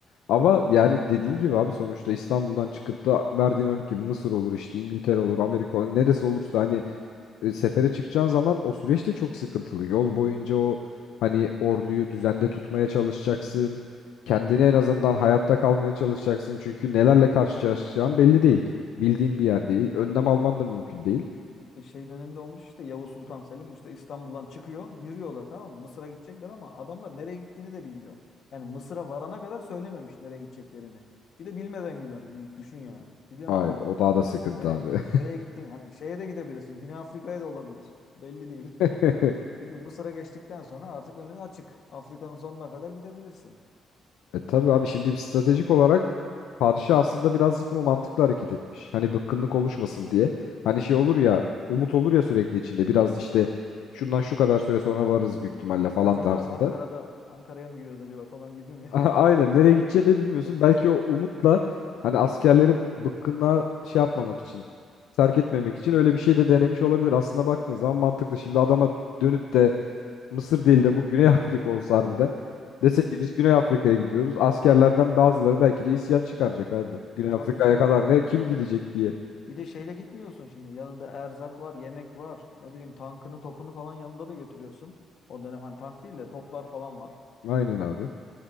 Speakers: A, on the left; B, on the left.
A: Ama
B: Ha.
A: yani dediğin gibi abi sonuçta İstanbul'dan çıkıp da verdiğin örnek gibi Mısır olur işte İngiltere
B: Ha.
A: olur Amerika olur neresi olursa hani e, sefere çıkacağın zaman o süreç de çok sıkıntılı. Yol boyunca o hani orduyu düzende tutmaya çalışacaksın. Kendini
B: Evet.
A: en azından hayatta kalmaya çalışacaksın. Çünkü nelerle karşılaşacağın belli değil. Bildiğin bir yer değil. Önlem alman da mümkün değil.
B: E, şey döneminde olmuş işte Yavuz Sultan Selim işte İstanbul'dan çıkıyor yürüyorlar tamam mı? Mısır'a gidecekler ama adamlar nereye gittiğini de bilmiyor. Yani Mısır'a varana kadar söylememiş nereye gideceklerini. Bir de bilmeden gidiyorsun Yiğit düşün yani. Gidiyorsun
A: Ay
B: ama
A: o daha da sıkıntı
B: nereye
A: abi.
B: nereye gittiğini hani şeye de gidebilirsin. Güney Afrika'ya da olabilir. Belli değil. <laughs>
A: <laughs>
B: Çünkü Mısır'a geçtikten sonra artık önün açık. Afrika'nın sonuna kadar gidebilirsin.
A: E tabii abi şimdi stratejik olarak padişah aslında birazcık ama mantıklı hareket etmiş. Hani bıkkınlık oluşmasın diye. Hani şey olur ya umut olur ya sürekli içinde biraz işte şundan şu kadar
B: Hı.
A: süre sonra varırız büyük ihtimalle falan
B: Acaba
A: tarzında.
B: Ankara'da Ankara'ya mı gidiyoruz acaba falan gibi
A: <laughs>
B: mi?
A: Aynen
B: <laughs>
A: nereye
B: Ya da-
A: gideceğini de bilmiyorsun.
B: ya da-
A: Belki o umutla hani askerleri bıkkınlığa şey yapmamak için terk etmemek için öyle bir şey de denemiş olabilir. Aslına baktığın zaman mantıklı. Şimdi adama dönüp de Mısır değil de bu Güney <laughs> Afrika olsa harbiden. Desek
B: Hı.
A: ki biz Güney Afrika'ya gidiyoruz. Askerlerden bazıları belki de isyan çıkaracak abi. Güney
B: Hı. Tabii
A: Afrika'ya
B: canım
A: kadar
B: ya.
A: ne kim
B: Bir
A: gidecek
B: de
A: diye.
B: Bir de şeyle gitmiyorsun şimdi. Yanında erzak var, yemek var. Ne bileyim tankını, topunu falan yanında da götürüyorsun. O dönem hani tank değil de toplar falan var.
A: Aynen abi.